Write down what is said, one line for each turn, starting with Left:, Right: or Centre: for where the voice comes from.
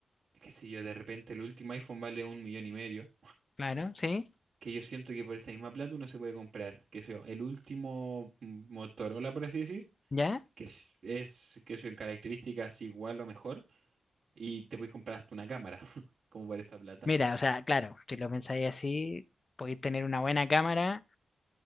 Right: qué sé yo, de repente el último iPhone vale un millón y medio,
Left: Claro, sí,
Right: que yo siento que por esa misma plata uno se puede comprar, qué sé yo, el último Motorola, por así decir,
Left: ya.
Right: que es, es que son características igual o mejor, y te puedes comprar hasta una cámara, <laughs> como por esa plata.
Left: Mira, o sea, claro, si lo pensáis así, podéis tener una buena cámara.